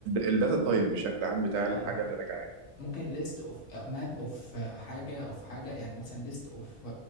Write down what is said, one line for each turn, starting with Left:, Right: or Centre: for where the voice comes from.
Right: الداتا تايب بشكل عام بتاع الحاجه
Left: اه اه
Right: اللي
Left: آه.
Right: راجعه لي
Left: ممكن ليست اوف ماب اوف حاجه اوف حاجه يعني مثلا ليست اوف